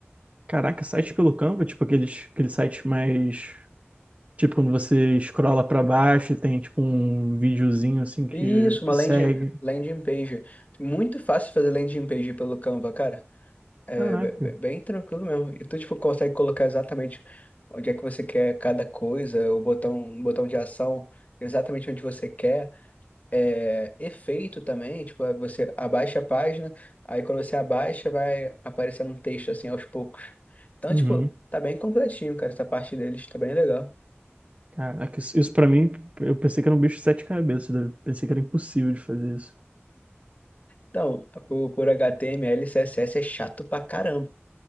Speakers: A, on the right; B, on the left.
A: caraca, site pelo Canva, tipo, aqueles, aqueles sites mais, tipo, quando você escrola pra baixo e tem, tipo, um videozinho, assim, que,
B: Isso, uma
A: que
B: landing,
A: segue,
B: landing page. Muito fácil fazer landing page pelo Canva, cara. É
A: caraca,
B: be- be- bem tranquilo mesmo. E tu, tipo, consegue colocar exatamente onde é que você quer cada coisa, o botão, o botão de ação exatamente onde você quer. é, efeito também, tipo, é, você abaixa a página, aí quando você abaixa vai aparecendo um texto assim aos poucos. Então,
A: uhum.
B: tipo, tá bem completinho, cara, essa parte deles tá bem legal.
A: Caraca, isso, isso pra mim, eu pensei que era um bicho de sete cabeças, né? pensei que era impossível de fazer isso,
B: Então, por, por HTML, CSS é chato pra caramba,